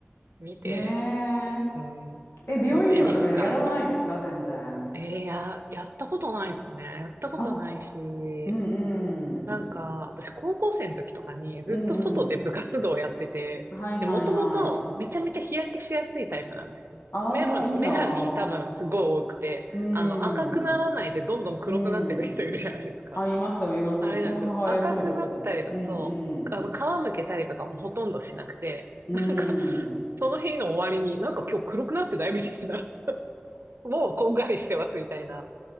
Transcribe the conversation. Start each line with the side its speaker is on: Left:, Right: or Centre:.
Right: 見て、
Left: う。ね
Right: うん、
Left: え。え、美容医療とかやらないんですか全然。
Right: と、エビスかとか。えー、や、やったことないですね。やったことないし、
Left: あ、うん
Right: なんか、
Left: うん。
Right: 私高校生の時とかにずっと外で部活動をやってて、
Left: うんうん。はいはいはい。
Right: で、もともとめちゃめちゃ日焼けしやすいタイプなんですよ。
Left: ああ、
Right: メロン、
Left: いいなー
Right: メラニン多分すごい多くて、
Left: うん。
Right: あの、赤くならないでどんどん黒くなっていく人いるじゃないですか。
Left: うん。あ、いますよ、います。
Right: あれなんですよ。
Left: うちの母親そうです。
Right: 赤くなったりとか、
Left: うんうん。
Right: そう。あの、皮むけたりとかもほとんどしなくて、
Left: うん。
Right: なんか、その日の終わりになんか今日黒くなってないみたいな。もうこんがりしてますみたいな